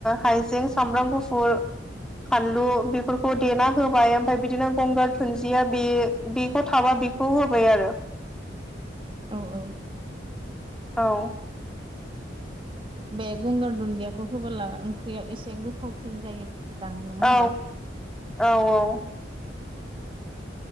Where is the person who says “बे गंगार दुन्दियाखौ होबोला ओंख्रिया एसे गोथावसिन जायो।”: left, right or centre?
Right